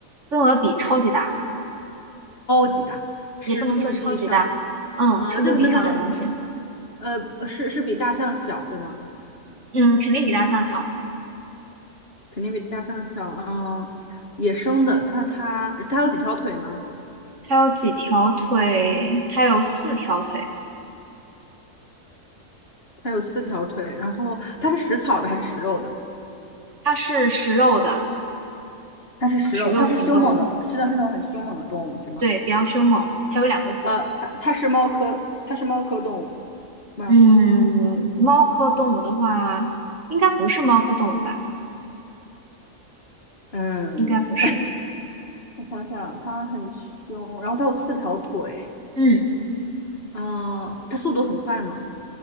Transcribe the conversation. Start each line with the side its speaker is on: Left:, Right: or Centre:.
Right: 跟鹅比超级大，
Left: 比大是陆地上，
Right: 也不能说超级大，嗯，
Left: 呃，
Right: 是陆地上的东西，
Left: 这个那个呃是是比大象小对吗？
Right: 嗯，肯定比大象小。
Left: 肯定比大象小。嗯、野生的，但它它有几条腿呢？
Right: 它有几条腿？它有四条腿。
Left: 它有四条腿。然后它是食草的还是食肉的？
Right: 它是食肉的。
Left: 它是食肉，
Right: 食肉型动物，
Left: 它是凶猛的，是的是那种很凶猛的动物是吗？
Right: 对，比较凶猛。还有两个字，
Left: 呃，它它是猫科，它是猫科动物吗？
Right: 嗯，猫科动物的话，应该不是猫科动物吧？
Left: 嗯，
Right: 应该不是。
Left: 我想想，它很凶，然后它有四条腿，
Right: 嗯，
Left: 嗯、它速度很快吗？